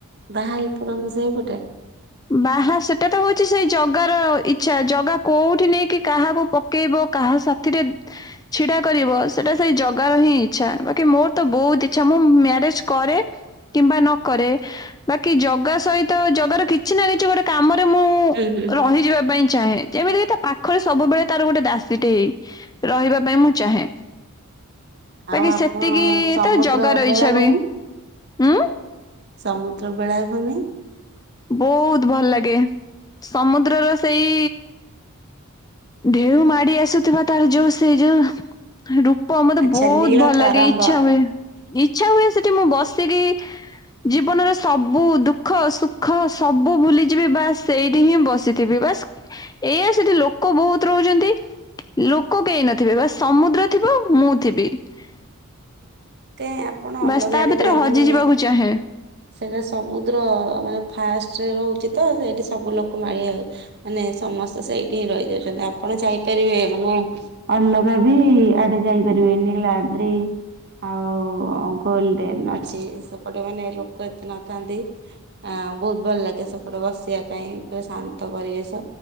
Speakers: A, on the right; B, on the left.
A: ବାହା ହେଇ ପକାନ୍ତୁ ସେଇପଟେ।
B: ବାହା ସେଟା ତ ହଉଛି ସେଇ ଜଗାର ଇଚ୍ଛା ଜଗା କୋଉଠି ନେଇକି କାହାକୁ ପକେଇବ କାହା ସା ରେ ଛିଡା କରିବ ସେଇଟା ସେଇ ଜଗାର ହିଁ ଇଚ୍ଛା ବାକି ମୋର ତ ବହୁତ ଇଚ୍ଛା ମୁଁ କରେ କିମ୍ବା ନ କରେ ବାକି ଜଗା ସହିତ ଜଗ ର କିଛି କିଛି ନା କିଛି ଗୋଟେ କାମରେ ମୁଁ
A: ହୁଁ ହୁଁ।
B: ରହିଯିବା ପାଇଁ ଚାହେଁ ଯେମିତିକି ତା ପାଖରେ ସବୁବେଳେ ତାର ଗୋଟେ ଦାସୀଟେ ହେଇ ରହିବା ପାଇଁ ମୁଁ ଚାହେଁ
A: ଆଉ
B: ବାକି
A: ଆପଣ
B: ସେତିକି
A: ସମୁଦ୍ର
B: ତ ଜଗା ରହିଛ
A: ବେଳାଭୂମି
B: ବି ଉଁ
A: ସମୁଦ୍ର ବେଳାଭୂମି?
B: ବହୁତ ଭଲ ଲାଗେ ସମୁଦ୍ରର ସେଇ ଢେଉ ମାଡି ଆସୁଥିବା ତାର ଯୋଉ ସେଇ ଯୋଉ ର ମତେ
A: ଆଚ୍ଛା
B: ବହୁତ
A: ନୀଳ
B: ଭଲ
A: ତରଙ୍ଗ
B: ଲାଗେ ଇଚ୍ଛା ହୁଏ ଇଚ୍ଛା ହୁଏ ସେ ମୁଁ ବସିକି ଜୀବନର ସବୁ ଦୁଃଖ ଦଃଖ ସୁଖ ସବୁ ଭୁଲିଯିବି ବାସ୍ ସେଇଠି ହିଁ ବସିଥିବି ବାସ୍ ଏଇଆ ସେଠି ଲ ଲୋକ ବହୁତ ରହୁଛନ୍ତି ଲୋକ କେହି ନଥିବେ ବା ସମୁଦ୍ର ଥିବ ମୁଁ ଥିବି <unintelligible>
A: ତ ଆପଣ
B: ବାସ୍
A: ଅଲଗାଡ
B: ତା ଭିତରେ
A: ବି
B: ହଜି
A: ମାନେ
B: ଯିବାକୁ ଚାହେଁ।
A: ସେଇଟା ସମୁଦ୍ର ମାନେ ଫାଷ୍ଟରେ ରହୁଛି ତ ସେଇଠି ସବୁ ଲୋକ ମାଳିଆଉ ମାନେ ସମସ୍ତେ ସେଇଠି ହିଁ ରହିଯାଉଛନ୍ତି ଆପଣ ଯାଇପାରିବେ ମାନେ ଅଲଗା ବି ଆଡେ ଯାଇପାରିବେ ଭେନିଲାି ଆଉ ଗୋଲଡେନ ଅଛି ସେପଟେ ମାନେ ଲୋକ ଏତେ ନଥାନ୍ତି ଆ ବହୁତ ଭଲ ଲାଗେ ସେପଟ ବସିବା ପାଇଁ ପା ଶାନ୍ତ ପରିବେଶ